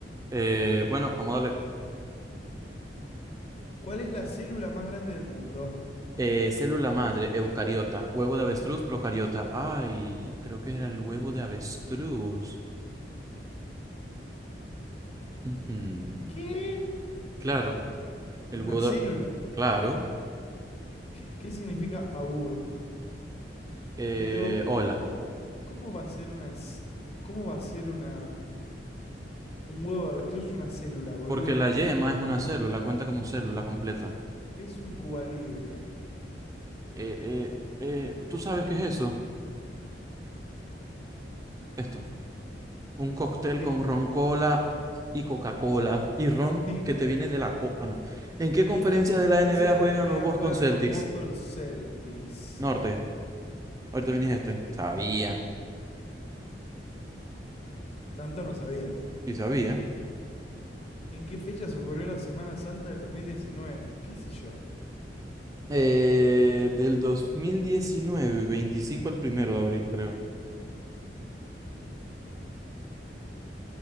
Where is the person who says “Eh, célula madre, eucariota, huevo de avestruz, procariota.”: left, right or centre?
Right